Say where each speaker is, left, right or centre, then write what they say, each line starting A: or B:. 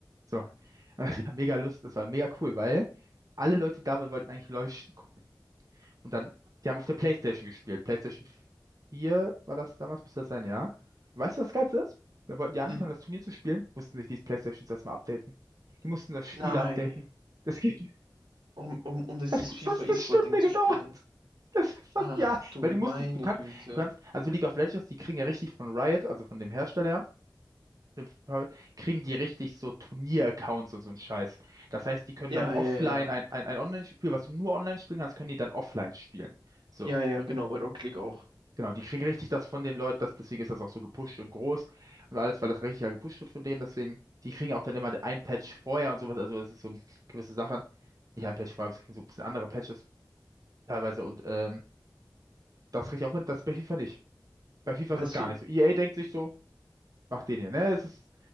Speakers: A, on the right; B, on the right.
A: So. <laughs> Und das war mega Lust, das war mega cool, weil alle Leute da waren, wollten eigentlich LOL gucken. Und dann, die haben auf der PlayStation gespielt. PlayStation vier war das damals, müsste das sein, ja. Weißt du, was das Geilste ist? Dann wollten die anfangen,
B: ja.
A: das Turnier zu spielen, mussten sich die PlayStations erstmal updaten. Die mussten das Spiel
B: Nein.
A: updaten. Das ging.
B: Um, um, um dieses
A: Das hat
B: FIFA
A: fast
B: E-Sport-Ding
A: eine Stunde
B: zu
A: gedauert.
B: spielen.
A: Das ist fast,
B: Ach
A: ja,
B: du
A: weil du
B: meine
A: musstest, du kannst,
B: Güte.
A: du kannst, also League of Legends, die kriegen ja richtig von Riot, also von dem Hersteller, dem Private- kriegen die richtig so Turnier-Accounts und so ein Scheiß. Das heißt, die können
B: Ja,
A: dann offline
B: ja, ja.
A: ein, ein, ein Online-Spiel, was du nur online spielen kannst, können die dann offline spielen. So,
B: Ja, ja, genau, bei Rocket League auch.
A: genau, die kriegen richtig das von den Leuten, das, deswegen ist das auch so gepusht und groß und alles, weil das richtig ja gepusht wird von denen, deswegen, die kriegen auch dann immer ein Patch vorher und sowas, also das ist so eine gewisse Sache. Nicht ein Patch vorher, das kriegen so ein bisschen andere Patches teilweise und ähm, Das kriege ich auch mit, das bei FIFA nicht. Bei FIFA
B: Weißt
A: ist das gar
B: du,
A: nicht so. EA denkt sich so, macht den hier, ne? Es ist,